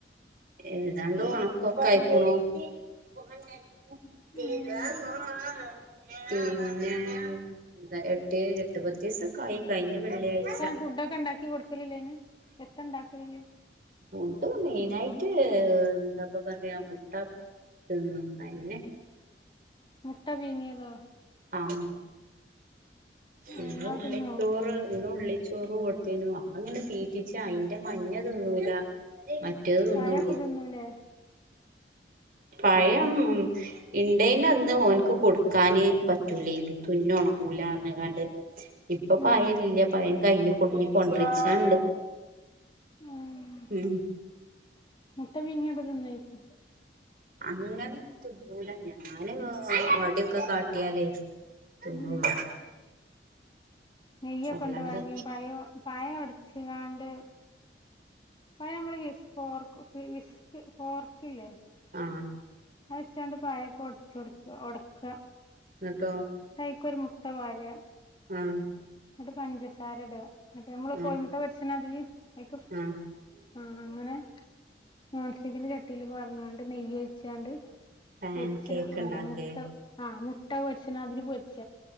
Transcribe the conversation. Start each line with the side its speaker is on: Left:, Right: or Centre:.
Right: ഏതാണ്ട് ഉണക്കൊക്കെ ആയിക്കണു <unintelligible>
Left: ഏഹ്
Right: പിന്നെ എട്ട് എട്ട് പത്ത് ദിവസക്കായി കഴിഞ്ഞ വെള്ളിയഴ്ച
Left: ഫുഡ്‌ക്കെ ഉണ്ടാക്കി കൊടു ലില്ലേന് എത്ത ഉണ്ടാക്കലിജ്
Right: ഫുഡ് മെയ്നായിട്ട് എന്താപ്പ പറയാ മുട്ട തിന്നും. അതന്നെ.
Left: മുട്ട പീങ്യേതോ?
Right: ആഹ്. പിന്നെ
Left: ആഹ് അത്
Right: ഉള്ളി
Left: തിന്നോ
Right: ചോറ്. ഇന്ന് ഉള്ളി. ചോറ് കൊടുത്തീനു. അതങ്ങനെ തീറ്റിച്ച അയിന്റെ മഞ്ഞതിന്നൂല. മറ്റേത് തിന്നൊള്ളൂ.
Left: കായൊക്കെ തിന്നൂലേ
Right: പഴം ഇണ്ടേന്റെന്ന് ഓൻക്ക് കൊട്ക്കാന്. പറ്റൂലയ്നി. തുന്ന് ഒണ്ങ്ങൂലാറ്ഞ്ഞകാണ്ട് ഇപ്പൊ പയല്ല.
Left: ഉം
Right: പഴ- കഴിഞ്ഞുക്ണ്. ന്ന് കൊണ്ട്‌രിച്ചാണ്ട്‌.
Left: ഉം.
Right: ഉം.
Left: മുട്ട പീങ്ങീത് തിന്നേക്കും?
Right: അങ്ങനെ തിന്നൂല. ഞാന് വടിയൊക്കെ കാട്ടിയാലേ? തിന്നുള്ളൂ.
Left: ഉം നെയ്യക്കെണ്ടോ
Right: അല്ലാതെ
Left: വാങ്ങിയത്? പഴം പഴം ഒടച്ച്ങ്ങാണ്ട്. പഴം നമ്മള് വി ഫോർക്ക് വിസ്ക് ഫോർക്ക് ഇല്ലേ?
Right: ആഹ്
Left: അയിലെച്ചാണ്ട് പഴൊക്കെ ഒടച്ചട്ക്കാ. ഒടക്ക.
Right: ന്നട്ടോ?
Left: ന്നട്ടയ്ക്കൊരു മുട്ട പാരാ.
Right: ആഹ്
Left: എന്നിട്ട് പഞ്ചസാര ഇട. എന്നിട്ട് നമ്മള്
Right: ആഹ്
Left: കോഴിമുട്ട പൊര്ച്ച്ണാതിരി അയ്ക്ക്.
Right: ആഹ്
Left: ആഹ്, അങ്ങനെ. നോൺസ്റ്റിക്കിന്റെ ചട്ടീൽ പാർന്നാണ്ട്, നെയ്യ് ഒഴിച്ചാണ്ട്,
Right: പാൻ
Left: പൊര്ച്ചണ
Right: കേക്ക്
Left: അങ്ങനെ
Right: ഇണ്ടാക്കേ
Left: മുട്ട. ആഹ്. മുട്ട പൊരിച്ച്ണാതിരി പൊരിച്ച.